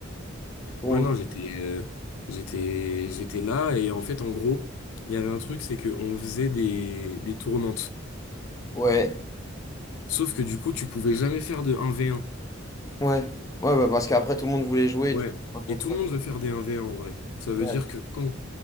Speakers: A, on the left; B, on the left.
A: ton-
B: Ouais, non, j'étais euh, j'étais j'étais là et en fait, en gros, il y avait un truc, c'est qu'on faisait des... des tournantes.
A: Ouais,
B: Sauf que du coup, tu pouvais jamais faire de 1v1.
A: ouais. Ouais, bah, parce qu'après, tout le monde voulait jouer,
B: Ouais.
A: du coup, un contrat.
B: Et tout le monde
A: c'est-
B: veut faire des 1v1 en vrai. Ça veut
A: Ouais.
B: dire que quand